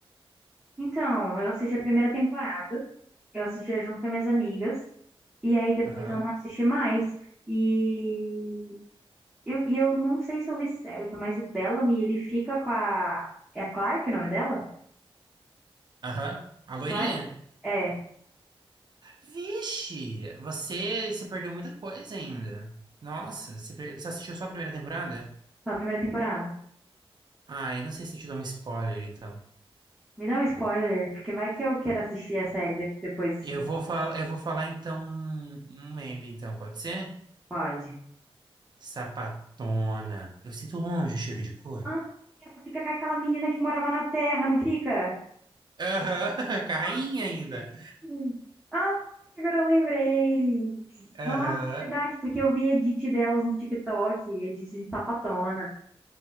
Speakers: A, in the centre; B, on the right.
A: Então, eu assisti a primeira temporada, eu assistia junto com as minhas amigas, e aí depois
B: Aham.
A: eu não assisti mais. E Eu- E eu, não sei se eu vi certo, mas o Bellamy, ele fica com a. É a Clark o nome dela?
B: Aham. A loirinha?
A: Clark? É,
B: Vixe, você, se perdeu muita coisa ainda. Nossa, você, per- você assistiu só a primeira temporada?
A: na primeira temporada.
B: Ah, eu não sei se eu te dou um spoiler, então.
A: Me dá um spoiler, porque vai que eu quero assistir a série de- depois,
B: Eu
A: se
B: vou, fal... eu vou falar, então, um um meme, então, pode ser?
A: pode.
B: Sapatona. Eu sinto longe o cheiro de couro.
A: Ah, ela fica com aquela menina que morava na Terra, não fica?
B: Aham, <laughs> carrainha
A: Ah, lembrei.
B: ainda.
A: Ah, agora eu lembrei.
B: Aham.
A: Nossa, é verdade, porque eu vi edit delas no TikTok, edit de sapatona.